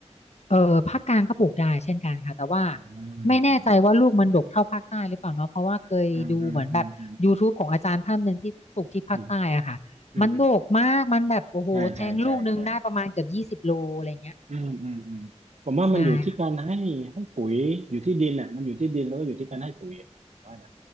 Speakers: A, on the left; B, on the right.
A: เออภาคกลางก็ปลูกได้เช่นกันค่ะแต่ว่า
B: อ๋อ
A: ไม่แน่ใจว่าลูกมันดกเท่าภาคใต้หรือเปล่าเนาะเพราะว่าเคยดูเหมือนแบบ
B: อืมอืมอืมอืมอืม
A: YouTube ของอาจารย์ท่านหนึ่งที่ปลูกที่ภาคใต้อะค่ะมันดกมากมันแบบโอ้โหแทงลูกหนึงได้ประมาณเกือบยี่สิบโลอะไรเงี้ย
B: อืมอืมอืมอืมใช่ใช่ใช่ใช่อืมอืมอืมผมว่ามันอยู่ที่การให้ให้ปุ๋ยอยู่ที่ดินอ่ะมันอยู่ที่ดินแล้วก็อยู่ที่การให้ปุ๋ย
A: ใช่ค่ะ
B: ว่านะ